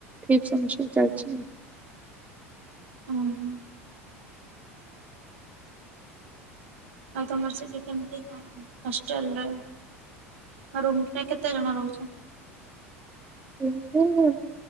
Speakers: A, on the right; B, on the right.
A: ଫିପଥ ସେମିଷ୍ଟାର ଚାଲଚି।
B: ଅଂହ। ଆଉ ତମର ସେଠି କେମତି କଣ ହଷ୍ଟେଲରେ? ରୁମ କେ କେତେ ଜଣ ରହୁଛ?
A: ରୁମରେ